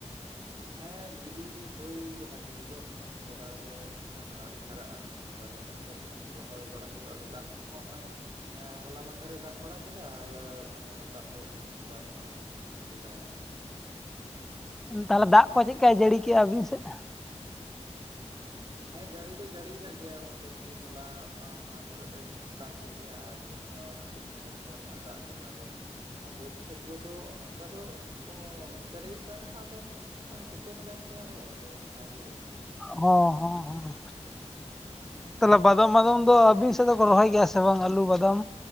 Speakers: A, on the right; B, in the centre.
A: ᱦᱮᱸ ᱜᱤᱰᱤ ᱦᱩᱭ ᱠᱟᱱᱟ ᱜᱤᱰᱤᱚᱜ ᱠᱷᱟᱱ ᱛᱚᱞᱟ ᱨᱮ ᱫᱚ ᱦᱟᱸᱜ ᱠᱷᱟᱱ ᱟᱹᱣᱨᱤ ᱦᱟᱨᱟᱜᱼᱟ ᱦᱟᱨᱟ ᱞᱮᱱᱠᱷᱟᱱ ᱜᱮ ᱦᱟᱜᱠᱷᱟᱱ ᱨᱚᱦᱚᱭ ᱵᱟᱲᱟ ᱦᱩᱭᱩᱜᱼᱟ ᱟᱫᱚ ᱫᱟᱜ ᱠᱚᱦᱚᱸ ᱦᱚᱸᱜᱼᱚᱭ ᱮᱸᱻᱦᱚᱞᱟ ᱢᱟᱫᱷᱮᱨ ᱮ ᱫᱟᱜ ᱵᱟᱲᱟ ᱠᱮᱫᱟ ᱟᱨ ᱮᱸ ᱫᱟᱜ ᱫᱚ ᱠᱷᱟᱱ ᱵᱟᱹᱱᱩᱜᱼᱟ ᱫᱮᱵᱟᱭ ᱫᱟᱜ ᱠᱟᱫᱟ
B: ᱛᱟᱦᱚᱞᱮ ᱫᱟᱜ ᱠᱚ ᱪᱮᱫᱠᱟᱭ ᱡᱟᱹᱲᱤ ᱠᱮᱜᱼᱟ ᱟᱹᱵᱤᱱ ᱥᱮᱜ
A: ᱦᱮᱸ ᱡᱟᱲᱤ ᱫᱚ ᱡᱟᱹᱲᱤ ᱠᱟᱜ ᱜᱮᱭᱟ ᱢᱚᱴᱟᱢᱩᱴᱤ ᱦᱚᱞᱟ ᱢᱟᱫᱷᱮᱨᱚᱜ ᱮ ᱫᱟᱜ ᱠᱮᱫ ᱜᱮᱭᱟ ᱟᱨ ᱛᱮᱦᱮᱧ ᱦᱚᱸ ᱠᱟᱹᱴᱤᱡ ᱮᱸᱻᱛᱷᱚᱲᱟ ᱧᱚᱜ ᱫᱟᱜ ᱠᱮᱫᱟ ᱟᱫᱚ ᱵᱟᱹᱫᱽ ᱠᱷᱮᱛ ᱠᱚᱫᱚ ᱚᱱᱠᱟ ᱫᱚ ᱚᱸᱻᱯᱮᱨᱮᱡᱚᱜ ᱠᱟᱱ ᱨᱮᱦᱚᱸ ᱟᱫᱚ ᱥᱤᱛᱩᱝ ᱮ ᱫᱟᱭ ᱥᱮ ᱟᱨᱚ ᱟᱫᱚ ᱦᱚᱸ ᱠᱷᱟᱱ ᱟᱸᱡᱮᱫᱚᱜ ᱠᱟᱱᱟ
B: ᱦᱚᱸ ᱦᱚᱸ ᱛᱟᱦᱚᱞᱮ ᱵᱟᱫᱟᱢ ᱢᱟᱫᱟᱢ ᱫᱚᱟᱵᱤ ᱛᱮ ᱫᱚ ᱠᱚ ᱨᱚᱦᱚᱭ ᱜᱮᱭᱟ ᱥᱮ ᱵᱟᱝ ᱟᱹᱞᱩ ᱵᱟᱫᱟᱢ